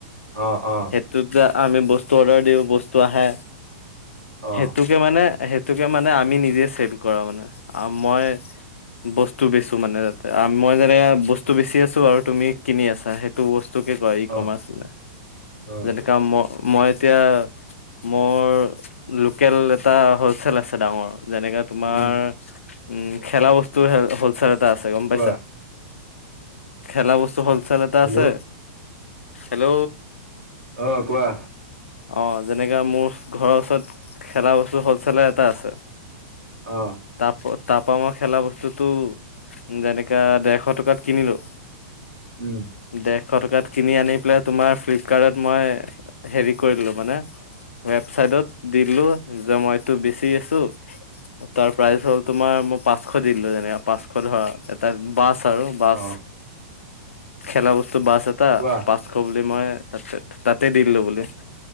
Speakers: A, on the right; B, on the left.
A: অ', অ',
B: সেইটোত যে আমি বস্তু অৰ্ডাৰ দিওঁ বস্তু আহে।
A: অ',
B: সেইটোকে মানে সেইটোকে মানে আমি নিজে চেল কৰা মানে। মই বস্তু বেছো মানে তাতে। মই যেনে বস্তু বেছি আছো আৰু তুমি কিনি আছা সেই টো বস্তুকে কয় ই
A: অ',
B: কমাৰ্চ বুলি।
A: অ',
B: যেনেকা মই মই এতিয়া মোৰ লোকেল এটা হ'লচেল আছে ডাঙৰ। যেনেকাে তোমাৰ
A: উম,
B: উম, খেলা বস্তু হ'লচেল এটা আছে গম
A: কোৱা
B: পাইছা। খেলা বস্তু হ'ল চেল এটা
A: হেল্ল'
B: আছে হেল্ল'।
A: অ', কোৱা।
B: অ', যেনেকা মোৰ ঘৰৰ ওচৰত খেলা বস্তুৰ হ'লছেলৰ এটা আছে।
A: অহ্।
B: তাপ তাৰপৰা মই খেলা বস্তুটো যেনেকা, ডেৰশ টকাত কিনিলো
A: উম।
B: ডেৰশ টকাত কিনি আনি পেলাই তোমাৰ ফ্লিপকাৰ্টত মই হেৰি কৰিলো মানে ৱেবচাইডত দি দিলো যে মইতো বেচি আছোঁ। তাৰ প্ৰাইজ হ'ল তোমাৰ মই পাঁচশ দি দিলো যেনেবা। পাঁচশ ধৰা এটা বাছ আৰু বাস
A: অ',
B: খেলা বস্তু বাস এটা
A: কোৱা
B: বাস খ বুলি মই তাতে তাতে দিলো বুলি।